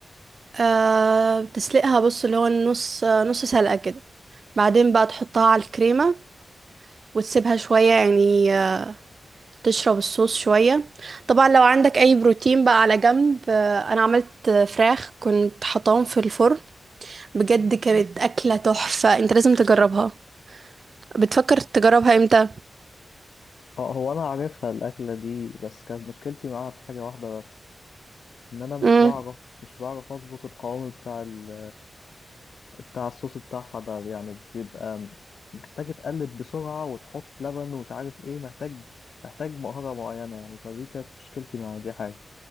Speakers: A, on the right; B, on the left.
A: آه تسلقها بص اللي هو النص آه نص سلقة كده بعدين بقى تحطها على الكريمة وتسيبها شوية يعني آه تشرب الصوص شوية طبعا لو عندك اي بروتين بقى على جنب آه انا عملت آه، فراخ كنت حطاهم في الفرن بجد كانت أكلة تحفة انت لازم تجربها بتفكر تجربها امتى؟
B: اه هو انا عارفها الاكلة دي بس كانت مشكلتي معاها في حاجة واحدة بس ان انا مش
A: مم.
B: بعرف مش بعرف اظبط القوام بتاع ال... بتاع الصوص بتاعها ده يعني بيبقى محتاج تقلب بسرعة وتحط لبن ومش عارف ايه محتاج محتاج مهارة معينة يعني فدي كانت مشكلتي مع دي حاجة